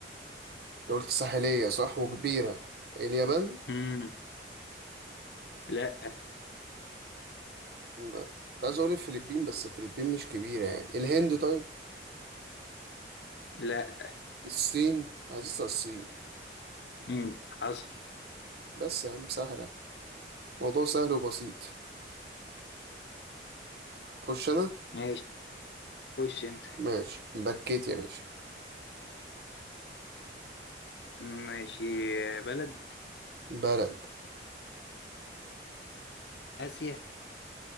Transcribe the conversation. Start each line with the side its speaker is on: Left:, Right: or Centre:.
Right: أنت قلت ساحلية صح وكبيرة اليابان
Left: مم. لا
Right: م- كنت عايز أقول الفلبين بس الفلبين مش كبيرة يعني الهند طيب
Left: لا
Right: الصين عزيزة الصين
Left: مم. حصل
Right: بس يا عم سهلة موضوع سهل وبسيط خش أنا
Left: ماشي خش انت
Right: ماشي بكيت يا باشا
Left: ماشي بلد
Right: بلد
Left: آسيا